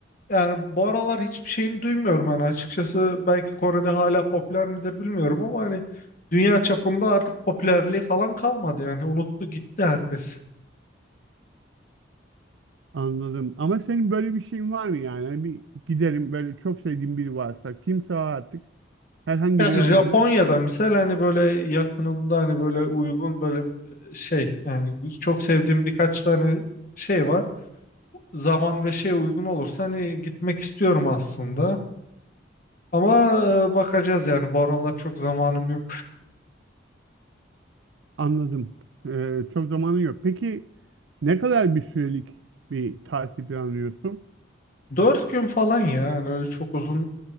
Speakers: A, on the left; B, on the right.
A: Yani bu aralar hiçbir şeyini duymuyorum hani açıkçası belki Kore'de hala popüler midir bilmiyorum ama hani dünya çapında artık popülerliği falan kalmadı yani unuttu gitti herkes.
B: anladım. Ama senin böyle bir şeyin var mı yani? Hani bir giderim böyle çok sevdiğim biri varsa kimse o artık herhangi
A: Ya
B: biri
A: Japonya'da
B: olabilir.
A: misal hani böyle yakınımda hani böyle uygun böyle e, şey yani çok sevdiğim birkaç tane şey var. Zaman ve şeye uygun olursa hani gitmek istiyorum aslında. Ama e, bakacağız yani bu aralar çok zamanım yok.
B: Anladım. Ee, çok zamanın yok. Peki ne kadar bir sürelik bir tatil planlıyorsun?
A: Dört gün falan ya yani öyle çok uzun